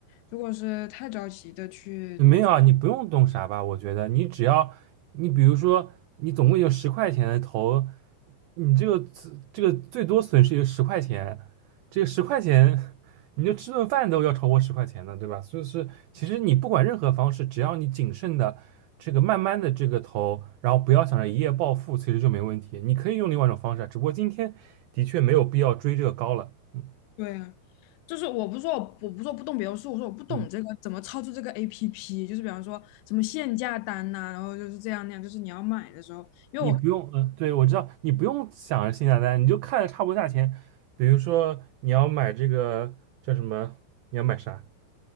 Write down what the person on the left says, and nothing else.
如果是太着急的去
对啊，就是我不是说我我不是说不懂别的术，我说我不懂这个怎么操作这个
APP，就是比方说什么限价单呐、然后就是这样那样，就是你要买的时候，比